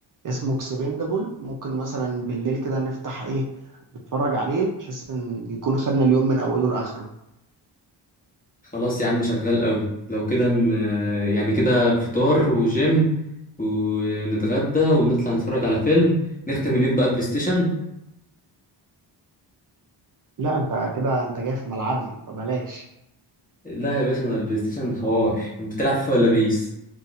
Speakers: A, on the right; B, on the left.
A: اسمه اكسبندابل ممكن مثلا بالليل كده نفتح ايه نتفرج عليه بحيث ان يكون خدنا اليوم من اوله لاخره
B: خلاص يا عم شغال قوي لو كده ن- يعني كده فطار وجيم ونتغدى ونطلع نتفرج على فيلم نختم اليوم بقى بلاي ستيشن
A: لا انت كده انت جاي في ملعبي فبلاش
B: لا يا باشا انا البلاي ستيشن حوار بتلعب فيه ولا بيس